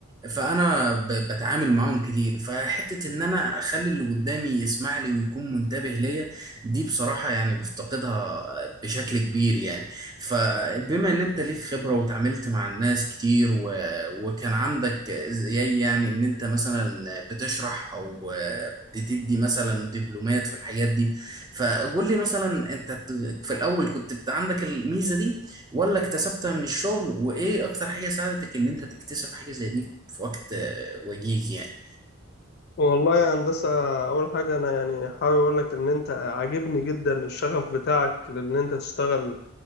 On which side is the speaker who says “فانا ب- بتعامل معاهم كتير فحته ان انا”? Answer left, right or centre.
Right